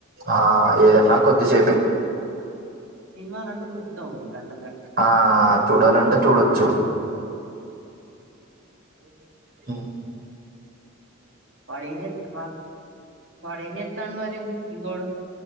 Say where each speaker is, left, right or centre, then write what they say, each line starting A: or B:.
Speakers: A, on the right; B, on the right.
A: ఆ ఏదన్నా కొద్దిసేపే
B: సినిమాలంటే సూత్తం గన్
A: ఆ చూడాలంటే చూడొచ్చు.
B: నో
A: మ్
B: వాడేం జేత్ వాడేం జేత్తాండు మరి ఇంకోడు